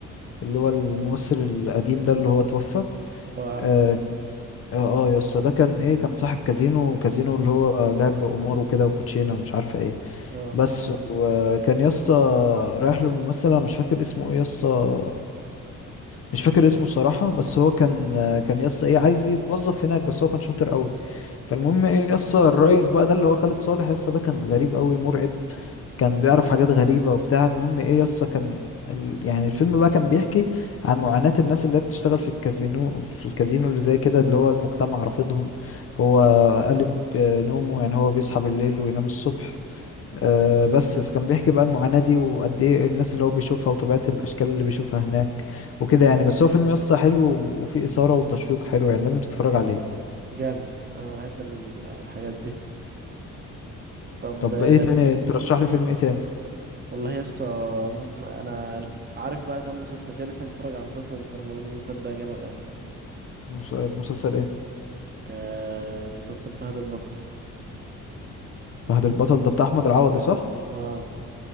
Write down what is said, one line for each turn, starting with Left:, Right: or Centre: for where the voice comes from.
Left: اللي هو الممثل القديم ده اللي هو توفى
Right: اه
Left: اه
Right: عارفه
Left: اه آه يا اسطى ده كان ايه كان صاحب كازينو كازينو اللي هو لعب قمار وكده وكوتشينه ومش عارفه ايه
Right: اه
Left: بس وكان يا اسطى رايح له ممثل انا مش فاكر اسمه ايه يا اسطى مش فاكر اسمه صراحة بس هو كان آه، كان يا اسطى ايه عايز يتوظف هناك بس هو كان شاطر قوي فالمهم
Right: مم.
Left: ايه يا اسطى الريس بقى ده اللي هو خالد صالح يا اسطى ده كان غريب قوي مرعب كان بيعرف حاجات غريبة وبتاع المهم ايه يسطا كان ال... يعني الفيلم بقى كان بيحكي عن معاناة الناس اللي هي بتشتغل في الكازينو في الكازينو اللي زي كده اللي هو المجتمع رافضهم هو قلب آه، نومه يعني هو بيصحى بالليل وينام الصبح آه بس فكان بيحكي بقى المعاناة دي وقد ايه الناس اللي هو بيشوفها وطبيعة الأشكال اللي بيشوفها هناك وكده يعني بس هو فيلم يسطا حلو وفيه إثارة وتشويق حلو يعني لازم تتفرج عليه
Right: جامد انا بحب ال- الحاجات دي طب
Left: طب
Right: آه،
Left: ايه تاني ترشح لي فيلم ايه تاني
Right: والله يا اسطى م- انا عارف بقى كام مسلسل كده لسه متفرج على مسلسل في رمضان اللي فات ده جامد قوي
Left: مس- مسلسل ايه؟
Right: آه مسلسل فهد البطل
Left: فهد البطل ده بتاع أحمد العوضي صح؟
Right: اه